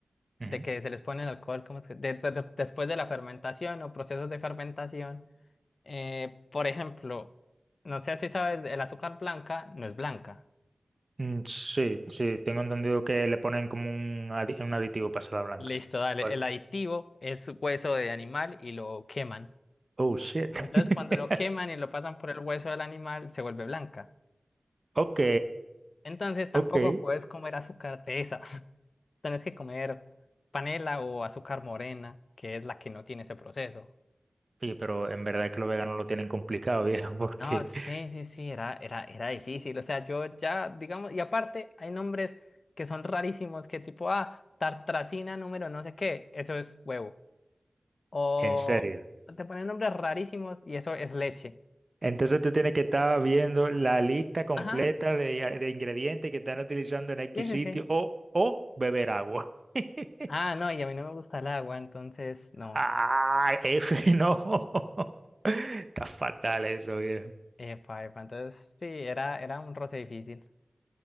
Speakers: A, on the left; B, on the right.
A: de
B: Ujú.
A: que se les pone el alcohol, ¿cómo es que? de- de- de- después de la fermentación o procesos de fermentación. Eh, por ejemplo, no sé si sabes, el azúcar blanca no es blanca.
B: Mm, Sí, sí, tengo entendido que le ponen como un, adi- un aditivo para hacerla blanca.
A: Listo, dale.
B: Vale.
A: El aditivo es hueso de animal y lo queman.
B: Oh, shit. <laughs>
A: Entonces, cuando lo queman y lo pasan por el hueso del animal, se vuelve blanca.
B: Ok,
A: Entonces, tampoco
B: ok.
A: puedes comer azúcar de esa. Tenés que comer panela o azúcar morena, que es la que no tiene ese proceso.
B: Oye, pero en verdad que los veganos lo tienen complicado, viejo, porque
A: No,
B: <laughs>
A: sí, sí, sí, era, era, era difícil. O sea, yo ya, digamos, y aparte hay nombres que son rarísimos, que tipo, ah, tartracina número no sé qué, eso es huevo. O
B: en serio.
A: te ponen nombres rarísimos y eso es leche.
B: Entonces tú tienes que estar viendo la lista completa
A: Ajá,
B: de, de ingredientes que están utilizando en X
A: sí, sí,
B: sitio
A: sí.
B: o, o beber agua. <laughs>
A: Ah, no, y a mí no me gusta el agua, entonces no.
B: Ah, F, no. <laughs> Está fatal eso, viejo.
A: Epa, epa, entonces sí, era, era un roce difícil.